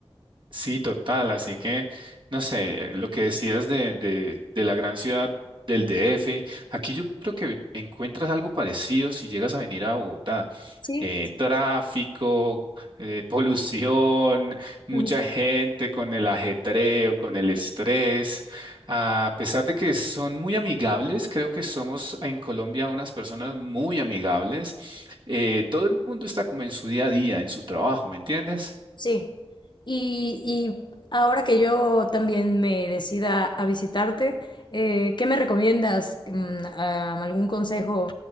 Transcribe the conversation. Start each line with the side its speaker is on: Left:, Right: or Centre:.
Right: Sí, total. Así que, no sé, eh, lo que decías de, de, de la gran ciudad del DF, aquí yo creo que encuentras algo parecido si llegas a venir a Bogotá.
Left: Sí.
Right: eh, tráfico, eh, <laughs> polución, mucha
Left: <laughs>
Right: gente con el ajetreo, con el estrés. A pesar de que son muy amigables, creo que somos en Colombia unas personas muy amigables. eh, todo el mundo está como en su día a día, en su trabajo, ¿me entiendes?
Left: Sí, y, y ahora que yo también me decida a visitarte, eh, ¿qué me recomiendas? Mm, ah, ¿Algún consejo?